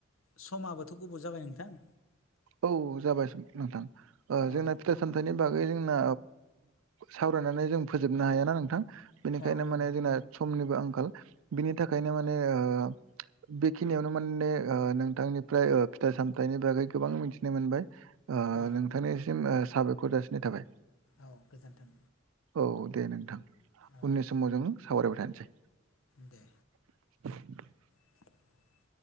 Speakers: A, on the left (about 85°); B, on the right (about 90°).
A: समाबोथ' गोबाव जाबाय नोंथां
B: औ जाबाय <unintelligible> नोंथां ओ जोंना
A: औ
B: फिथाय सामथाइनि बागै जोंना सावरायनानै जों फोजोबनो हायाना नोंथां? बेनिखायनो
A: औ औ
B: माने जोंना समनिबो आंखाल बिनि थाखायनो माने ओ बेखिनियावनो माने ओ नोंथांनिफ्राय ओ फिथाइ सामथाइनि बागै गोबां मिथिनो मोनबाय ओ
A: औ
B: नोंथांनिसिम ओ साबायखर जासिनाय थाबाय।
A: औ गोजोन्थों।
B: औ दे नोंथां
A: औ
B: उननि
A: दे
B: समाव जों सावरायबाय थानोसै।
A: दे।
B: <inaudible>
A: <inaudible>